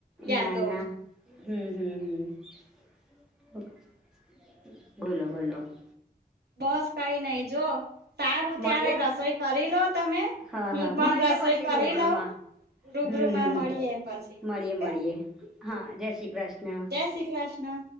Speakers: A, on the right; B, in the centre.
A: યાદો
B: નાના હમ હમ હમ બોલો બોલો
A: બસ કઈ નહી જો સારું ત્યારે
B: મળીએ
A: રસોઈ કરી લો તમે
B: હા
A: હું
B: હા
A: પણ
B: મળીએ
A: રસોઈ
B: પછી
A: કરી
B: રૂબરૂમાં
A: લઉ. રૂબરૂ
B: હમ
A: માં
B: હમ
A: મળીએ પછી
B: મળીએ
A: ઓકે
B: મળીએ હા જય શ્રી કૃષ્ણ
A: જ જય શ્રી કૃષ્ણ